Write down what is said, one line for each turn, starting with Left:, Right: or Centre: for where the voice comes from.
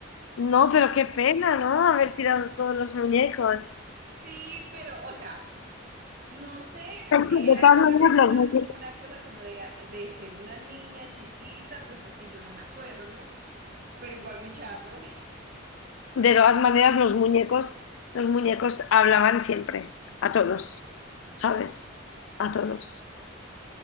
Left: No, pero qué pena, ¿no? Haber tirado todos los muñecos.
Right: sí, pero, o sea, no sé
Left: De
Right: si era
Left: todas
Right: simplemente
Left: maneras,
Right: una,
Left: los muñecos,
Right: una cosa como de, de ser una niña chiquita, pues porque yo no me acuerdo, pero igual muy charro.
Left: de todas maneras, los muñecos, los muñecos hablaban siempre, a todos, ¿sabes? A todos.